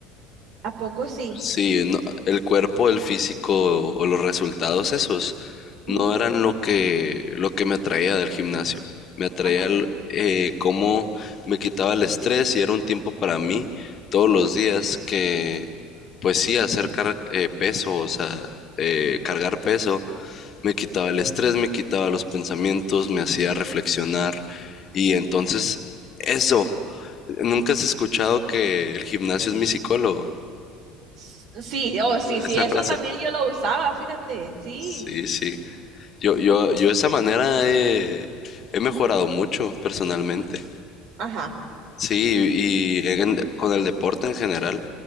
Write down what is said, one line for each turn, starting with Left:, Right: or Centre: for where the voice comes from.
Right: ¿a poco sí?
Left: Sí, no, el cuerpo, el físico o los resultados esos no
Right: Ujú,
Left: eran lo que, lo que me atraía del gimnasio. Me atraía
Right: Ajá.
Left: el, eh, cómo me quitaba el estrés y era un tiempo para mí todos los días que, pues sí, hacer car- eh, peso, o sea, eh, cargar peso, me quitaba el estrés, me quitaba los pensamientos, me hacía reflexionar y entonces eso, ¿nunca has escuchado que el gimnasio es mi psicólogo?
Right: S- Sí, oh, sí, sí,
Left: Esa
Right: eso
Left: frase.
Right: también yo lo usaba, fíjate, sí.
Left: Sí, sí. Yo, yo, yo de esa manera he, he mejorado mucho personalmente.
Right: Ajá,
Left: Sí, y en- con el deporte en general.